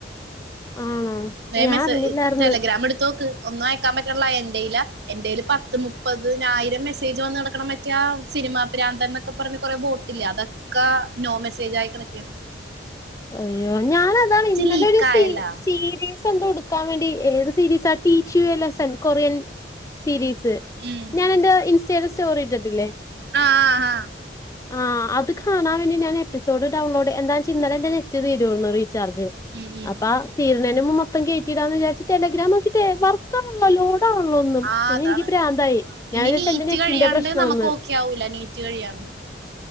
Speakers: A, on the left; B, on the right.
A: ആണോ
B: വേം
A: ഞാൻ
B: മെസ്സ്
A: അറിഞ്ഞില്ലാർന്ന്
B: ടെലഗ്രാം എടുത്തോക്ക് ഒന്നും അയക്കാൻ പറ്റുള്ള എന്റെൽ എന്റെയില്ൽ പത്ത് മുപ്പതിനായിരം മെസ്സേജ് വന്നടക്ക്ണ് ണ്ട് സിനിമാ പ്രാന്ത്‌ന്നൊക്കെ പറഞ്ഞ കൊറെ ബോട്ടില്ലെ അതൊക്കെ നോ മെസ്സേജ ആയി കേടാക്കേണ്
A: അയ്യോ ഞാാനതാണ് ഇന്നലെ
B: ലീക്കായല്ലാ
A: ഒരു സീ സീരീസ് എന്തോ എടുക്കാൻ വേണ്ടി ഏത് സീരീസ് ആ teach you a lesson Korean series
B: ഉം
A: ഞാൻ എന്റെ ഇൻസ്റ്റയിൽ സ്റ്റോറി ഇട്ടിട്ടില്ലേ
B: ആഹ് ആഹ് ആഹ്
A: ആഹ് അത് കാണാൻവേണ്ടി ഞാൻ എപ്പിസോഡ് ഡൗൺലോഡ് എന്താ ച്ചാന്നാലെ നെറ്റ് തീരു ന്ന് റീചാർജ്
B: ഉം ഉം
A: അപ്പ തീർനേന് മൊത്തം കെറ്റിടാന്ന് വിചാരിച്ച് ടെല്രാം നോക്കി ട്ടെ വർകാവണ്ല്ല ലോഡാ ലോടവ്ണില്ല ഒന്നും
B: ആഹ്
A: പിന്നെ
B: അതാണ്
A: എനിക്ക് പ്രാന്തായി ഞാൻ
B: ഇനി
A: വിച്ചാര്ച്ചു
B: നീറ്റ്
A: എന്റെ നെറ്റിന്റെ
B: കഴിയാണ്ട്
A: പ്രശ്ന
B: നമുക്ക്
A: ന്ന്
B: ഓക്കെ ആവൂല നീറ്റ് കഴിയാണ്ട്